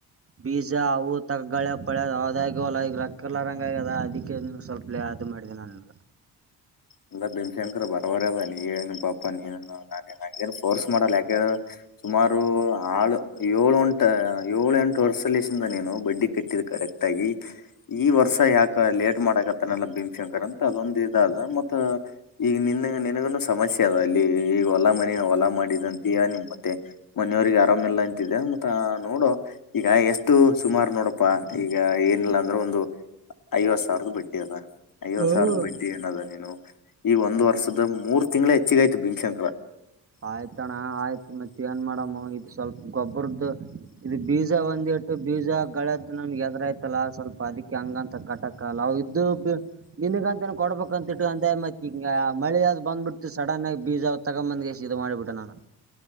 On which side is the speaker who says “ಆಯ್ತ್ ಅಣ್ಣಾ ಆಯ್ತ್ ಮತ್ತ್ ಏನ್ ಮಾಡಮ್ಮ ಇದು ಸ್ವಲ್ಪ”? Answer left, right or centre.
Right